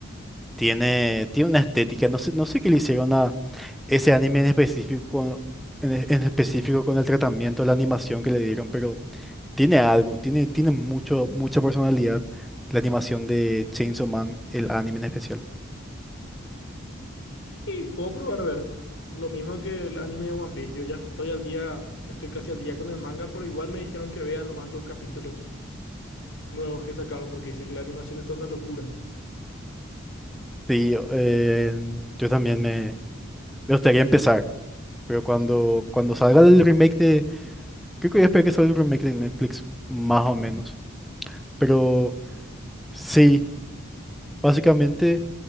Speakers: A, in the centre; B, on the left.
A: tiene, tiene una estética. No sé, no sé qué le hicieron a ese anime en específico, con- en, en específico con el tratamiento, la animación que le dieron, pero tiene algo, tiene, tiene mucho, mucha personalidad la animación de Chainsaw Man, el anime en especial.
B: Y puedo probar a ver. Lo mismo que el anime de One Piece. Yo ya estoy al día, estoy casi al día con el manga, pero igual me dijeron que vea nomás los capítulos nuevos que sacaron porque dice que la animación está una locura.
A: Sí, eh, yo también me, me gustaría empezar, pero cuando, cuando salga el remake de... Creo que voy a esperar que salga el remake de Netflix, más o menos. Pero sí, básicamente